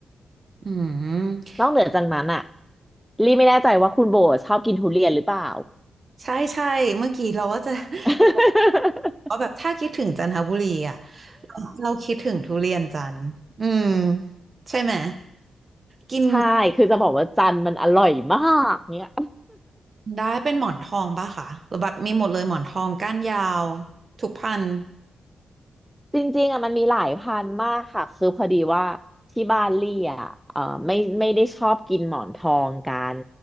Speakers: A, on the right (about 50°); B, in the centre.
A: อืม
B: นอกเหนือจากนั้นอ่ะรีไม่แน่ใจว่าคุณโบชอบกินทุเรียนหรือเปล่า
A: ใช่ใช่เมื่อกี้เราว่าจะ <laughs>
B: <laughs>
A: ก็แบบถ้าคิดถึงจันทบุรีอ่ะเราเราคิดถึงทุเรียนจันทร์อืมใช่ไหมกิน
B: ใช่คือจะบอกว่าจันทร์มันอร่อยมากเนี่ย
A: ได้เป็นหมอนทองปะคะหรือแบบมีหมดเลยหมอนทองก้านยาวทุกพันธุ์
B: จริงๆอ่ะมันมีหลายพันธุ์มากค่ะคือพอดีว่าที่บ้านลี่อ่ะเออไม่ไม่ได้ชอบกินหมอนทองกัน